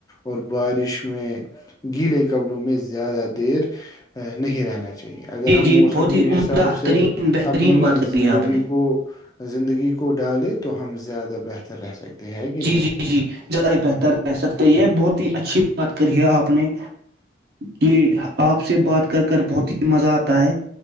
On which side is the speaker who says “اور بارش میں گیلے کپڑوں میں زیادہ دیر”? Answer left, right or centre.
Left